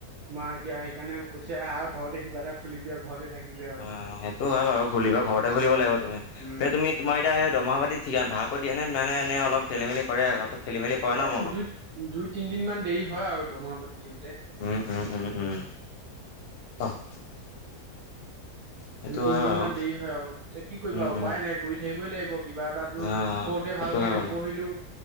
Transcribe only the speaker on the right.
মা এতিয়া সেইকাৰণে কৈছে আৰু ঘৰতে কিবা এটা খুলিবি আৰু ঘৰতে থাকিবি আৰু
উম
এ
দুই-দুই তিনদিনমান দেৰি হয় আৰু দমহা পাতি দিওঁ
দুই তিনদিনমান
দেৰি হয় আৰু, এতিয়া কি কৰিবা
উপায়
নাই কৰি থাকিবই লাগিব কিবা এটাতো,
সৰুতে
ভালকে
নপঢ়িলোঁ।